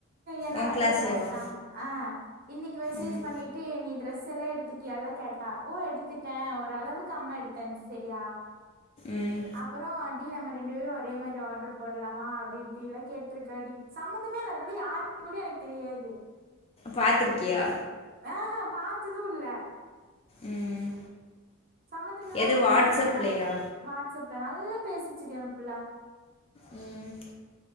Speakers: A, on the right; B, on the left.
A: என்னோட
B: உன் கிளாஸேவா
A: அதே கிளாஸ் தா ஆ இன்னிக்கு மெசேஜ்
B: ம்
A: பண்ணிட்டு என்னிய டிரெஸ் எல்லா எடுத்துட்டியல்லா கேட்டா ஓ எடுத்துட்டே ஒரு அளவுக்கு அம்மா எடு டன் சரியா
B: ம்
A: அப்றோ டி நம்ம ரெண்டு பேரும் ஒரே மாறி ஆர்டர் போடலாமா அப்டி இப்டில்லா கேட்டிருக்காடி சம்பமந்தமேல்ல அந்தபுள்ள யாருன்னு கூட எனக்கு தெரியாது
B: பாத்துருக்கியா
A: ஆஹ் பாத்தது இல்ல
B: ம்
A: சம்மந்தமில்லாம
B: எது வாட்ஸ்அப்லயா
A: மெசேஜ் பண்ணி நல் வாட்ஸ்அப்ல நல்லா பேசிச்சுடி அந்த புள்ள
B: ம்